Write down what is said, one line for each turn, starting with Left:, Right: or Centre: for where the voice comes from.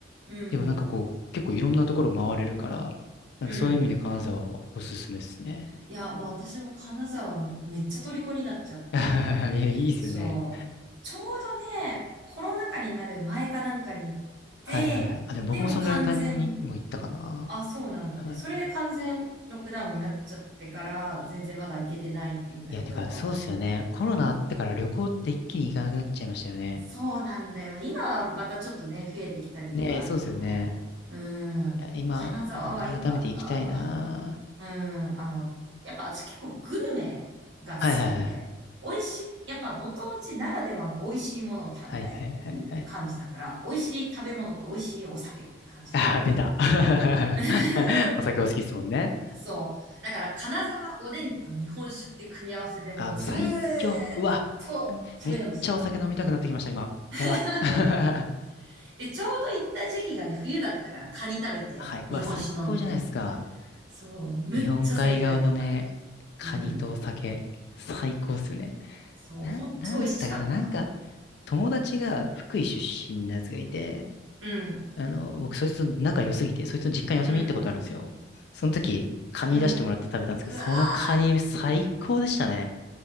Right: うん。
Left: でもなんかこう、結構いろんなところ回れるから、なんかそういう意味で金沢はおすすめですね。
Right: うん。いや、もう私も金沢めっちゃ虜になっちゃって。
Left: <laughs> いや、いいですよね。
Right: そう。ちょうどね、コロナ禍になる前かなんかに行って、
Left: はいはいはい。あ、でも僕もそんぐらいのタイミングにも行ったかな。
Right: でもう完全あ、そうなんだね。
Left: はい。
Right: それで完全ロックダウンになっちゃってから、全然まだ行けてないんだけど、
Left: いや、てか、そうっすよね。コロナあってから旅行って一気に行かなくなっちゃいましたよね。
Right: そうなんだよね。今はまたちょっとね、増えてきたりとかあるけど、
Left: ねえ、そうっすよね。
Right: う
Left: いや今、
Right: ん、金沢は良かった。
Left: なんか改めて行きたいな。
Right: うん、あの、やっぱ私結構グルメが好きで、
Left: はいはいはい。
Right: 美味しい、やっぱご当地ならではの美味しいものを食べたいっていう感じだから、
Left: はいはいはいはい。
Right: 美味しい食べ物と美味しいお酒って感じで、
Left: ああ、出た。<laughs>
Right: <laughs>
Left: お酒お好きっすもんね。
Right: そう。だから、金沢おでんと日本酒って組み合わせでもうずーっと食べ飲みしてた。
Left: ああ、もう最強。うわ。めめっちゃお酒飲みたくなってきました、今。
Right: <laughs>
Left: やばい。<laughs>
Right: で、ちょうど行った時期がね、冬だったからカニ食べて、
Left: はい。うわ、
Right: 日本酒飲んで。
Left: 最高じゃないですか。
Right: そう、むっちゃ最高やった。
Left: 日本海側のね、カニと酒、
Right: うん。
Left: 最高っすよね。
Right: そう、
Left: な、
Right: ほんと美味しかった。
Left: なんだったかな、なんか、友達が福井出身のやつがいて、
Right: うん、
Left: あの、僕、そいつと仲良すぎて、そいつの実家に遊びに行ったことあるんですよ。
Right: うん、
Left: その時、カニ出してもらって食べたんですけど、
Right: うん。うわー、
Left: そのカニ最高でしたね。